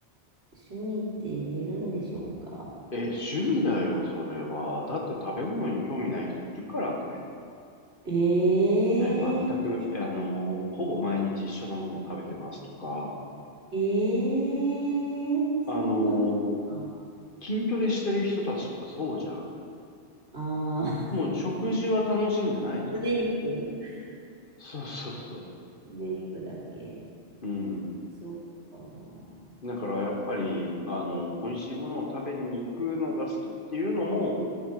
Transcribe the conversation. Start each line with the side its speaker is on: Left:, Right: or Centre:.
Right: 趣味って言えるんでしょうか
Left: え、趣味だよ、それは。だって食べ物に興味ない人いるからね。
Right: ええ
Left: ね、全く、あのー、ほぼ毎日一緒のものを食べてますとか、
Right: ええそうなんですか
Left: あのー、筋トレしてる人たちとかそうじゃん。
Right: ああー
Left: もう食事は楽しんでないじゃん、
Right: <laughs> 胸肉
Left: もう。そうそうそ
Right: 胸肉だけ。
Left: う。うん。
Right: そうか。
Left: だからやっぱり、あの、美味しいものを食べに行くのが好きっていうのも、